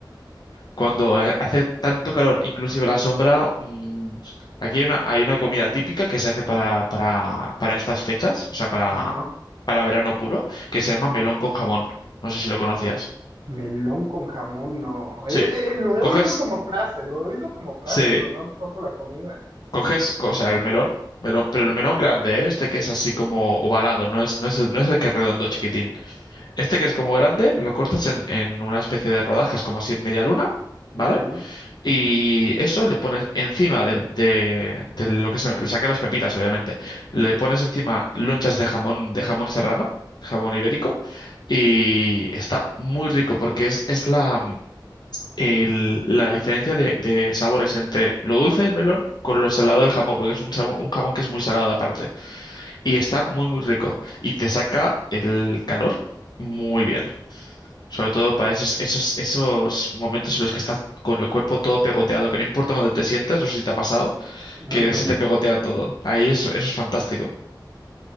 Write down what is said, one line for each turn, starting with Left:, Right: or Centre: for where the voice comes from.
Left: cuando eh, hace tanto calor, inclusive la sombra, mm, aquí hay una, hay una comida típica que se hace para, para, para estas fechas, o sea, para,
Right: Ajá.
Left: para verano puro, que se llama melón con jamón. No sé si lo conocías.
Right: Melón con jamón, no. Eh,
Left: Sí.
Right: eh, lo he
Left: Coges,
Right: oído como frase, lo he oído como frase,
Left: sí.
Right: pero no topo la comida.
Left: Coges, o sea, el melón, melón, pero el melón grande, ¿eh? Este que es así como ovalado, no es, no es el, no es el que es redondo chiquitín. Este que es como grande, lo cortas en, en una especie de rodajas, como así en media luna, ¿vale?
Right: Ujú,
Left: Y eso le pones encima del, de, de lo que se, le saqué las pepitas, obviamente. Le pones encima lonchas de jamón, de jamón serrano, jamón ibérico, y está muy rico porque es, es la, el- la diferencia de, de sabores entre lo dulce del melón con lo salado del jamón, porque es un jamón, un jamón que es muy salado aparte. Y está muy, muy rico. Y te saca el calor muy bien. Sobre todo para esos, esos, esos momentos en los que estás con el cuerpo todo pegoteado, que no importa dónde te sientes, no sé si te ha pasado,
Right: ujú.
Left: que se te pegotea todo. Ahí eso, eso es fantástico.